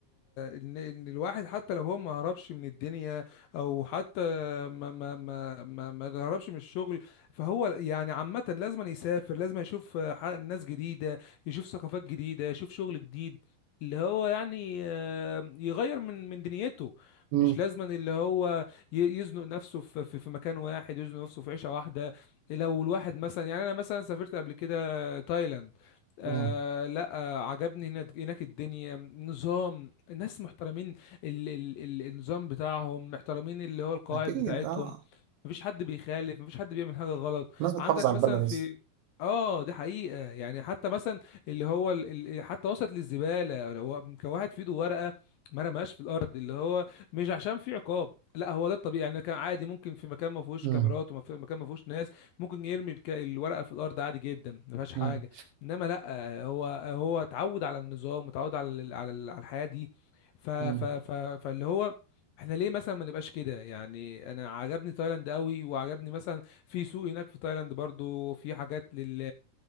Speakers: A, on the left; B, on the right.
A: ان ان الواحد حتى لو هو ما هربش من الدنيا او حتى ما ما ما ما, ما هربش من الشغل فهو يعني عامه لازم يسافر لازم يشوف ح- ناس جديده يشوف ثقافات جديده يشوف شغل جديد اللي هو يعني آه، يغير من من دنيته
B: مم.
A: مش لازما اللي هو ي- يزنق نفسه في في في مكان واحد يزنق نفسه في عيشه واحده لو الواحد مثلا يعني انا مثلا سافرت قبل كده آه، تايلاند آه
B: مم.
A: لا آه عجبني هناك هناك الدنيا نظام الناس محترمين ال ال ال النظام بتاعهم محترمين اللي هو القواعد
B: أكيد
A: بتاعتهم
B: أه
A: مفيش حد بيخالف مفيش حد بيعمل حاجه غلط
B: الناس بتحافظ
A: عندك
B: على
A: مثلا
B: البلد
A: في
B: أصلا
A: اه دي حقيقه يعني حتى مثلا اللي هو ال... ال- حتى وصلت للزباله لو هو كان واحد في ايده ورقه ما رماهاش في الارض اللي هو مش عشان في عقاب لا هو ده الطبيعي يعني كان عادي ممكن في مكان ما فيهوش
B: مم.
A: كاميرات وما في مكان ما فيهوش ناس ممكن يرمي الك- الورقه في الارض عادي جدا ما فيهاش حاجه
B: مم.
A: انما لا هو هو اتعود على النظام اتعود على ال- على ال- على الحياه دي ف ف
B: مم.
A: ف فاللي هو احنا ليه مثلا ما نبقاش كده يعني انا عجبني تايلاند قوي وعجبني مثلا في سوق هناك في تايلاند برضو في حاجات لل